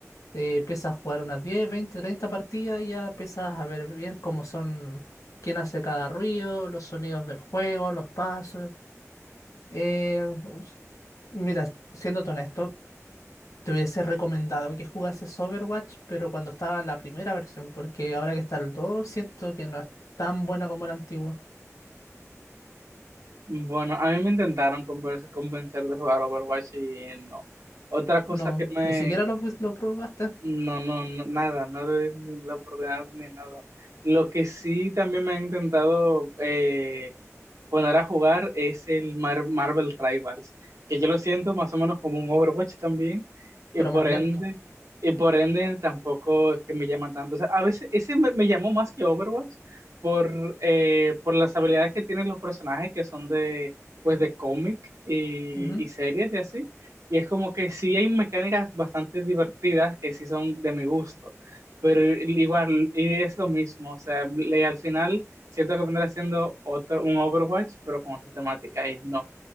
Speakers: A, on the left; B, on the right.
A: eh, empieza a jugar unas 10, 20, 30 partidas y ya empiezas a ver bien cómo son, quién hace cada ruido, los sonidos del juego, los pasos. Eh, us- mira, siéndote honesto. Te hubiese recomendado que jugases Overwatch, pero cuando estaba la primera versión, porque ahora que está el 2 siento que no es tan buena como la antigua.
B: Bueno, a mí me intentaron conver- convencer de jugar Overwatch y no. Otra cosa
A: No,
B: que me...
A: ni siquiera lo, fuis- lo probaste,
B: No, no, no, nada, no le di ni la oportunidad ni nada. Lo que sí también me han intentado eh, poner a jugar es el Mar- Marvel Rivals, que yo lo siento más o menos como un Overwatch también, y
A: pero
B: por
A: más lento.
B: ende, y por ende tampoco es que me llaman tanto. O sea, a veces ese me, me llamó más que Overwatch por, eh, por las habilidades que tienen los personajes que son de, pues de cómic y,
A: Ujú.
B: y series y así. Y es como que sí hay mecánicas bastante divertidas que sí son de mi gusto, pero igual y es lo mismo, o sea, le- al final... Siento que vendrá siendo otro, un Overwatch, pero con otra temática y no.